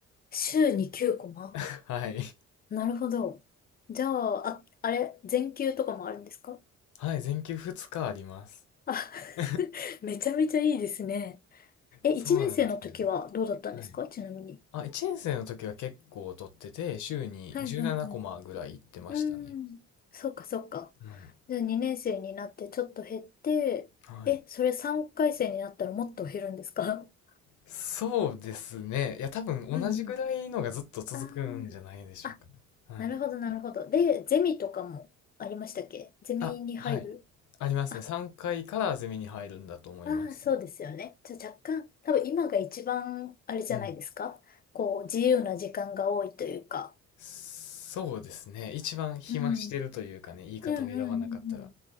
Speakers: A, on the left; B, on the left.
A: 週に9コマ
B: <laughs> はい。
A: なるほど。じゃあ、あ、あれ、全休とかもあるんですか
B: はい、全休2日あります。<laughs>
A: あ、<laughs> めちゃめちゃいいですね。え、
B: そうなんですよ。
A: 1年生の時はどうだったんですかちなみに。
B: はい。あ、1年生の時は結構取ってて、週に17コマぐらい行ってましたね。
A: はいはいはい。うん。そっかそっか。
B: はい。
A: じゃあ2年生になってちょっと減って、
B: はい。
A: え、それ3回生になったらもっと減るんですか <laughs>
B: そうですね。いや、多分同じぐらいのがずっと続くんじゃないでしょうかね。
A: うんうん。ああ、あ、なるほどなるほど。
B: はい。
A: で、ゼミとかもありましたっけゼミに入る
B: あ、はい。ありますね。
A: あ、
B: 3回かいからゼミに入るんだと思います。
A: あーそうですよね。じゃあ若干、多分今が一番あれじゃないですかこう、
B: うん。
A: 自由な時間が多いというか。
B: そうですね。一番暇してるというかね、
A: うん。
B: 言い方を選ばなかったら。
A: うんうんうんうん。